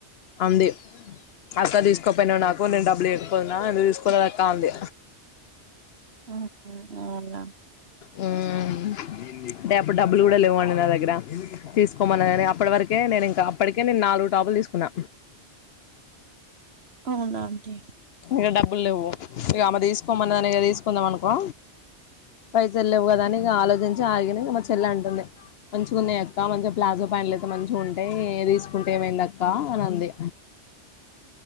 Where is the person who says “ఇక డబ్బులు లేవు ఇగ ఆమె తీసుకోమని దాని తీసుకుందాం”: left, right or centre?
Left